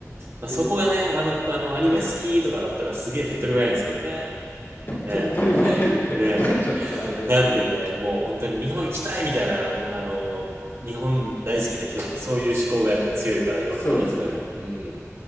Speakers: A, on the right; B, on the left.
A: まあ、
B: で、
A: そこがね、
B: まあ、
A: あの、あの、
B: はい。
A: アニメ好きとかだったらすげえ手っ取り早いんですけどね。ね
B: 手っ取り早 <laughs> いって
A: え、ねえ。
B: <laughs> ちょっとあれですけど、
A: なんていうかね、もう本当に日本行きたいみたいな、あの、日本大好きな人ってそういう思考がやっぱ強いから、ヨーロッパの人でも。
B: そうですね。
A: うん。